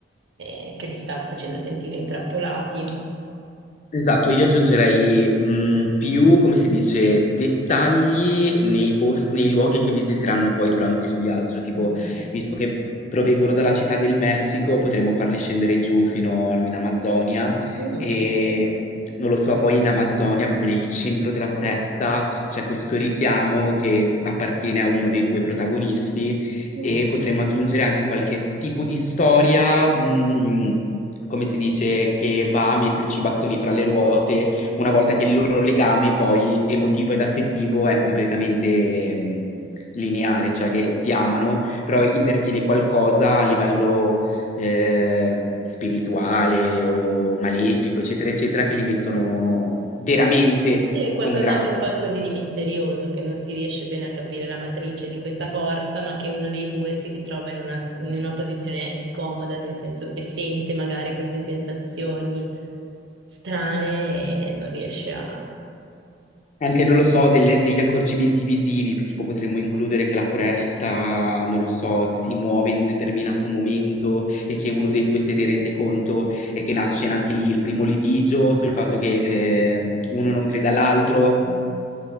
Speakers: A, on the right; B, on the left.
A: eh, che li stava facendo sentire intrappolati.
B: Esatto, io aggiungerei mh, più, come si dice, dettagli nei post- nei luoghi che visiteranno poi durante il viaggio, tipo,
A: Ok.
B: visto che provengono dalla città del Messico, potremmo farli scendere giù fino in Amazzonia
A: Mm,
B: e, non lo so, poi in Amazzonia, proprio nel centro della foresta, c'è questo richiamo che appartiene a uno dei due protagonisti
A: mm.
B: e potremmo aggiungere anche qualche tipo di storia. mh, come si dice, che va a metterci i bastoni fra le ruote una volta che il loro legame poi emotivo ed affettivo è completamente mh, lineare, cioè che si amano, però interviene qualcosa a livello eh, spirituale o malefico, eccetera, eccetera, che li mettono veramente
A: Sì, qualcosa
B: con grasso.
A: anche un po' così di misterioso, che non si riesce bene a capire la matrice di questa forza, ma che uno dei due si ritrova in una, in una posizione scomoda, nel senso che sente magari queste sensazioni strane e non riesce a...
B: Anche, non lo so, delle- degli accorgimenti visivi, pi- tipo potremmo includere che la foresta, non lo so, si muove in un determinato momento e che uno dei due se ne rende conto e che nasce anche lì il primo litigio sul fatto che ehm, uno non crede all'altro,
A: Mm.